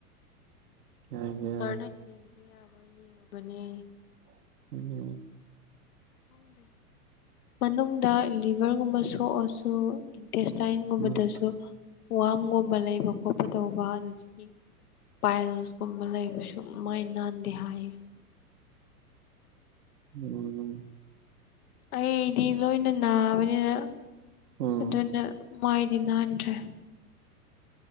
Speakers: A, on the right; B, on the left.
A: ꯌꯥꯏꯒꯦ
B: <inaudible> ꯑꯌꯥꯕ ꯌꯦꯡꯉꯕꯅꯦ
A: <unintelligible>
B: <inaudible> ꯃꯅꯨꯡꯗ ꯂꯤꯚꯔꯒꯨꯝꯕ ꯁꯣꯛꯑꯁꯨ ꯏꯟꯇꯦꯁꯇꯥꯏꯟꯒꯨꯝꯕꯗꯁꯨ
A: ꯎꯝ
B: ꯋꯥꯝꯒꯨꯝꯕ ꯂꯩꯕ ꯈꯣꯠꯄ ꯇꯧꯕ ꯑꯗꯨꯖꯤ ꯄꯥꯏꯜꯁꯀꯨꯝꯕ ꯂꯩꯕ ꯁꯨ ꯃꯥꯏ ꯅꯥꯟꯗꯦ ꯍꯥꯏꯌꯦ
A: ꯎꯝ
B: ꯑꯩꯗꯤ ꯂꯣꯏꯅ ꯅꯥꯕꯅꯤꯅ
A: ꯎꯝ
B: ꯑꯗꯨꯅ ꯃꯥꯏꯗꯤ ꯅꯥꯟꯗ꯭ꯔꯦ